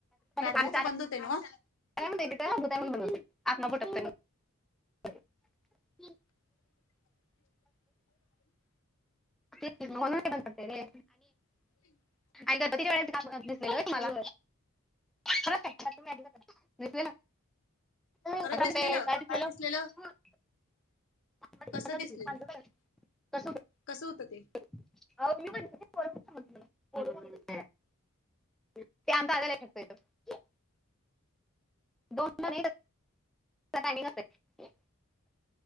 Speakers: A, on the left; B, in the centre.
A: रात्रीच
B: आणि
A: बंद होतय नव्ह.
B: <unintelligible>
A: <inaudible>
B: तेच कि म्हणुनच ते बंद पडतय रे.
A: <unintelligible>
B: आणि त वेळेस का दिस मला <unintelligible>
A: खरंच दिसलेलं काय दिसलेलं
B: <unintelligible> <unintelligible> <unintelligible>
A: कसं दिसलेलं कसं होतं ते?
B: <unintelligible> ते आमचा आयला शिकत येत दोन टामिंग असतय.